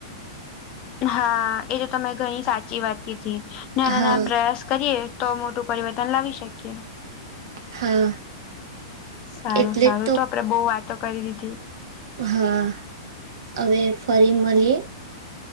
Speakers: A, on the left (about 40°); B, on the right (about 75°).
A: હા એ તો તમે ઘણી સાચી વાત કીધી નાના
B: હા
A: નાના પ્રયાસ કરીએ તો મોટું પરિવર્તન લાવી શકીએ.
B: હા.
A: સારું
B: એટલે
A: સારું
B: જ
A: તો આપડે બહુ વાતો કરી દીધી.
B: હા, અવે ફરી મળીએ.